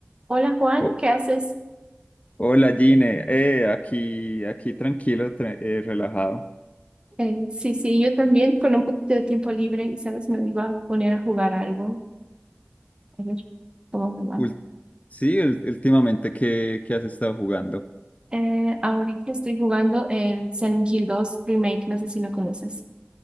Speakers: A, on the right; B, on the left.
A: Hola Juan,
B: Ho-
A: ¿qué haces?
B: Hola Gine, eh, aquí, aquí tranquilo, tra- eh, relajado.
A: Eh, sí, sí, yo también con un poquito de tiempo libre y sabes, me iba a poner a jugar algo. A ver cómo me va.
B: Ul- sí, ul- últimamente, ¿qué, qué has estado jugando?
A: Eh, ahorita estoy jugando el Silent Hill dos Remake, no sé si lo conoces.